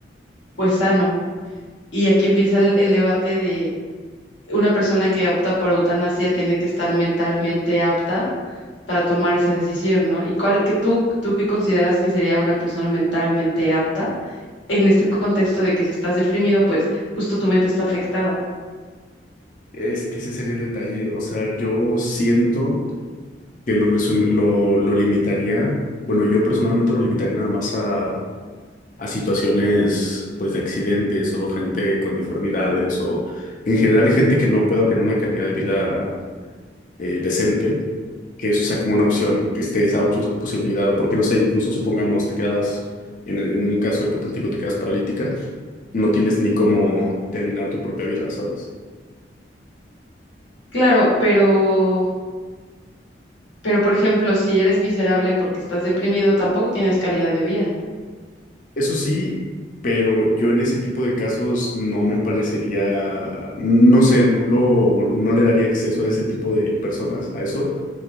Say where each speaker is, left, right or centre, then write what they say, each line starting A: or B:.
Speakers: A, on the left; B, on the left.
A: pues sano. Y aquí empieza el, el debate de una persona que opta por eutanasia tiene que estar mentalmente apta para tomar esa decisión, ¿no? ¿Y cuál, que tú, tú qué consideras que sería una persona mentalmente apta en este contexto de que si estás deprimido, pues justo tu mente está afectada?
B: Es que ese sería el detalle, o sea, yo siento... que lo, resum- lo, lo limitaría, bueno, yo personalmente lo limitaría nada más a, a situaciones pues de accidentes o gente con deformidades o en general gente que no pueda tener una calidad de vida eh, decente, que eso sea como una opción, que esté esa op- posibilidad, porque no sé, incluso supongamos te quedas, en, el- en un caso hipotético te quedas paralítica, no tienes ni cómo terminar tu propia vida, ¿sabes?
A: Claro, pero, pero por ejemplo, si eres miserable porque estás deprimido, tampoco tienes calidad de vida.
B: Eso sí, pero yo en ese tipo de casos no me parecería, no sé, no lo, no le daría acceso a ese tipo de personas, a eso,